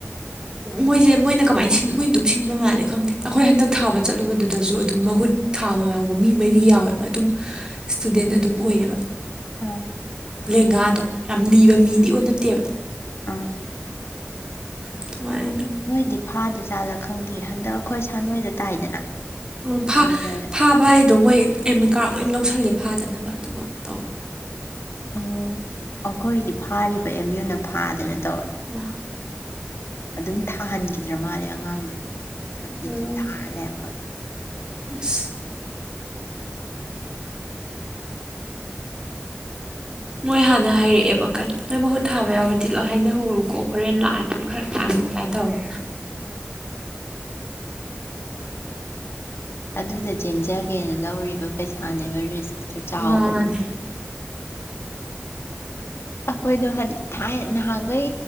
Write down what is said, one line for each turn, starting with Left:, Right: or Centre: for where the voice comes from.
Left: ꯑꯣ
Right: ꯃꯣꯏꯖꯦ ꯃꯣꯏꯅꯠ ꯀꯃꯥꯏꯟ ꯁꯤꯟ ꯃꯣꯏꯟ ꯗꯨꯝ ꯁꯤꯟꯕ ꯃꯥꯜꯂꯦ ꯈꯪꯗꯦ ꯑꯈꯣꯏ ꯍꯟꯗꯛ ꯊꯥꯕ ꯆꯠꯂꯨꯕꯗꯨꯗꯖꯨ ꯑꯗꯨꯝ ꯃꯍꯨꯠ ꯊꯥꯕ ꯌꯥꯎꯕ ꯃꯤ ꯃꯩꯔꯤ ꯌꯥꯎꯋꯦꯕ ꯑꯗꯨꯝ ꯏꯁꯇꯨꯗꯦꯟ ꯑꯗꯨꯝ ꯑꯣꯏꯌꯦꯕ
Left: <unintelligible>
Right: ꯂꯦꯡꯒꯥꯗꯣ ꯌꯥꯝ ꯂꯤꯕ
Left: ꯎꯝ
Right: ꯃꯤꯗꯤ ꯑꯨ ꯅꯠꯇꯦꯕ
Left: <unintelligible>
Right: ꯑꯗꯨꯃꯥꯏꯑꯗꯨꯝ
Left: ꯃꯣꯏꯗꯤ ꯐꯥꯗ ꯖꯥꯂ ꯈꯪꯗꯤꯌꯦ ꯍꯟꯗꯛ ꯑꯈꯣꯏ ꯁꯥꯟꯅꯣꯏꯗ ꯇꯥꯏꯗꯅ
Right: ꯎꯝ ꯐꯥ
Left: ꯑꯗꯨꯗ
Right: ꯐꯥꯕ ꯍꯥꯏꯗꯣ ꯃꯣꯏ ꯑꯦꯝꯃꯤꯠꯀꯥꯔꯠ ꯂꯣꯏ ꯂꯧꯁꯜꯂꯦ ꯐꯥꯗꯅꯕ ꯑꯗꯨꯒ ꯇꯧ
Left: ꯑꯣ ꯑꯈꯣꯏꯗꯤ ꯐꯥꯔꯤꯕ ꯑꯦꯝ ꯌꯨꯅ ꯐꯥꯗꯅ ꯇꯧꯋꯦ
Right: <unintelligible>
Left: ꯑꯗꯨꯝ ꯊꯥꯍꯟꯒꯤꯗ꯭ꯔꯥ ꯃꯥꯂꯦ ꯑꯉꯥꯡꯗꯣ ꯁꯞꯇꯤꯇ꯭ꯌꯨꯠ
Right: ꯎꯝ
Left: ꯊꯥ ꯂꯝꯕꯒꯤ
Right: ꯑꯁ ꯃꯣꯏ ꯍꯥꯟꯅ ꯍꯥꯏꯔꯛꯑꯦꯕ ꯀꯅ ꯅꯣꯏ ꯃꯍꯨꯠ ꯊꯥꯕ ꯌꯥꯎꯔꯗꯤ ꯂꯣ ꯍꯥꯏꯅ ꯍꯧꯔꯧꯀꯣ ꯍꯣꯔꯦꯟ ꯂꯥꯛꯑꯗꯤ ꯈꯔ ꯀꯥꯖꯤꯟ ꯀꯥꯏ ꯇꯧꯔꯣ
Left: ꯑ ꯑꯗꯨꯗ ꯖꯦꯟꯖꯒꯦꯅ ꯂꯧꯔꯤꯕ ꯄꯩꯁꯥꯅꯦꯕ ꯔꯤꯁꯇꯣ ꯆꯥꯎꯕꯅꯤꯅ
Right: ꯃꯥꯅꯦ
Left: ꯑꯩꯈꯣꯏꯗꯣ ꯍꯟ ꯊꯥꯏꯅ ꯅꯍꯥꯟꯈꯩ